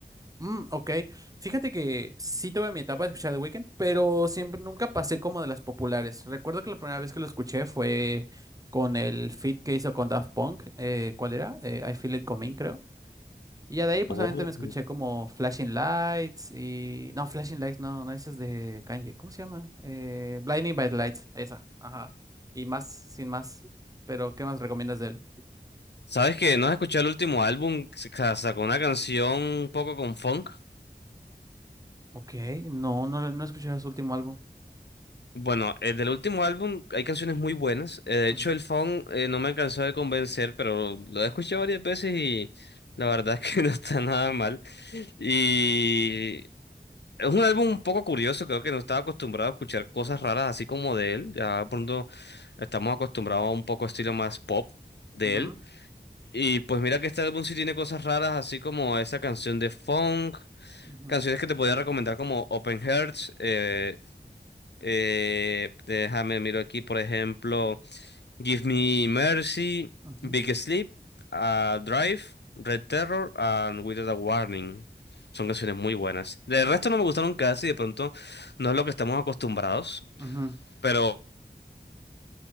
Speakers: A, on the right; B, on the left.
A: Mm, ok, fíjate que sí tuve mi etapa de escuchar The Weeknd, pero siempre nunca pasé como de las populares. Recuerdo que la primera vez que lo escuché fue con el feat que hizo con Daft Punk, eh, ¿cuál era? Eh, I Feel It Coming, creo. Y ya de ahí, pues
B: Oh.
A: solamente me escuché como Flashing Lights y. No, Flashing Lights, no, no, esa es de Kanye. ¿Cómo se llama? Eh, Blinding by the Lights, esa, ajá. Y más, sin más. Pero, ¿qué más recomiendas de él?
B: ¿Sabes que no has escuchado el último álbum? que sa- Sacó una canción un poco con funk.
A: Ok, no, no, no he escuchado su último álbum.
B: Bueno, eh, del último álbum hay canciones muy buenas. Eh, de
A: Ujú,
B: hecho, el funk eh, no me alcanzó de convencer, pero lo he escuchado varias veces y la verdad es que <laughs> no está nada mal. Y Es un álbum un poco curioso, creo que no estaba acostumbrado a escuchar cosas raras así como de él. Ya de pronto estamos acostumbrados a un poco estilo más pop de
A: ujú,
B: él. Y pues mira que este álbum sí tiene cosas raras, así como esa canción de funk,
A: ujú,
B: canciones que te podría recomendar como Open Hearts. eh, eh, déjame miro aquí, por ejemplo. Give Me Mercy,
A: ujú,
B: Big Sleep, uh, Drive, Red Terror, and Without a Warning. Son canciones muy buenas. Del resto no me gustaron casi, de pronto no es lo que estamos acostumbrados,
A: ujú.
B: pero